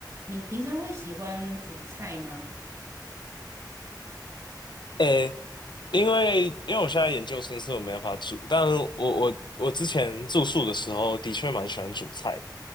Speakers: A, on the right; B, on the left.
A: 你平常会喜欢煮菜吗？
B: 诶，因为因为我现在研究生，所以我没办法煮。但我我我之前住宿的时候，的确蛮喜欢煮菜的。